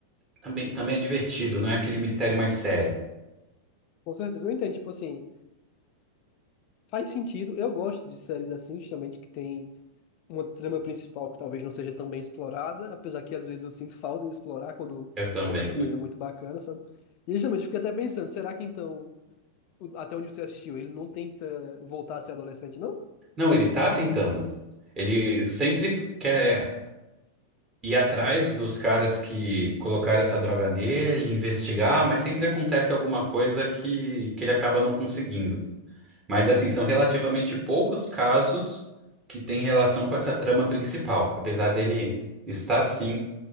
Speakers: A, on the right (about 25°); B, on the left (about 40°).
A: também, também é divertido, não é aquele mistério mais sério.
B: com certeza. Eu entendo, tipo, assim, faz sentido. Eu gosto de séries assim, justamente, que tem uma trama principal que talvez não seja tão bem explorada, apesar que às vezes eu sinto falta de explorar quando
A: Eu também.
B: acontece uma
A: <laughs>
B: coisa muito bacana, sabe? E justamente eu fiquei até pensando, será que então, o- até onde você assistiu, ele não tenta voltar a ser adolescente, não?
A: Não, ele tá tentando. Ele sempre t- quer ir atrás dos caras que colocaram essa droga nele, investigar, mas sempre acontece alguma coisa que, que ele acaba não conseguindo. Mas assim, são relativamente poucos casos que têm relação com essa trama principal, apesar dele estar sim